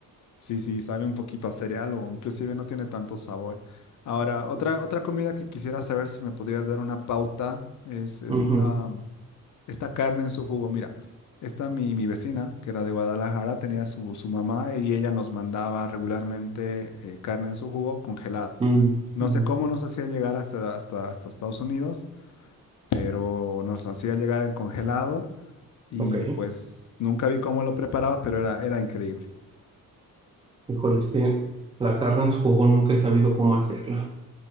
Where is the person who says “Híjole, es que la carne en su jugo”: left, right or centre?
Right